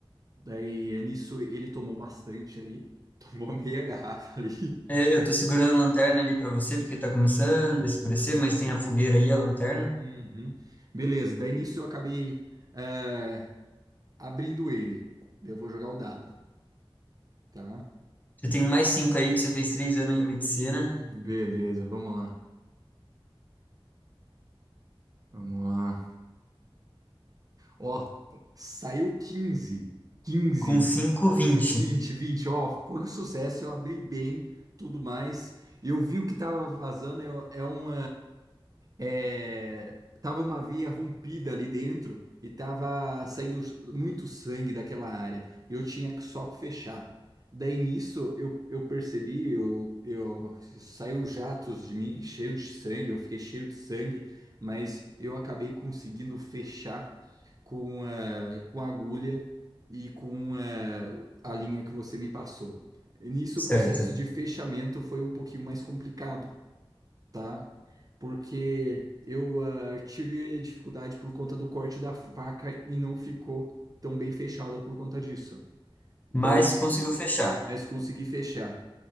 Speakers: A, on the right (about 40°); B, on the left (about 15°).
A: Daí nisso ele tomou bastante ali, <laughs> tomou meia garrafa ali.
B: É, Eu tô segurando a lanterna ali pra você, porque tá começando a escurecer,
A: <laughs>
B: mas tem a fogueira aí, a lanterna.
A: Uhum. Beleza, daí nisso eu acabei é, abrindo ele. Eu vou jogar o dado, tá?
B: Você tem mais cinco aí, que você fez três anos de medicina,
A: Beleza, vamos lá. Vamos lá. Ó, saiu 15, 15
B: com cinco,
A: f- com
B: vinte,
A: 5 20, 20. Ó, foi um sucesso. Eu abri bem, tudo mais. Eu vi o que tava vazando. É, é um. é, tava uma via rompida ali dentro e tava saindo muito sangue daquela área. Eu tinha que só fechar. Daí nisso eu, eu percebi, eu, eu saiu jatos de mim cheio de sangue, eu fiquei cheio de sangue, mas eu acabei conseguindo fechar com, a com a agulha e com eh, a linha que você me passou. E nisso
B: certo?
A: o processo de fechamento foi um pouquinho mais complicado, tá? porque eu ah, tive dificuldade por conta do corte da faca e não ficou tão bem fechada por conta disso. Daí,
B: Mas conseguiu fechar.
A: mas consegui fechar,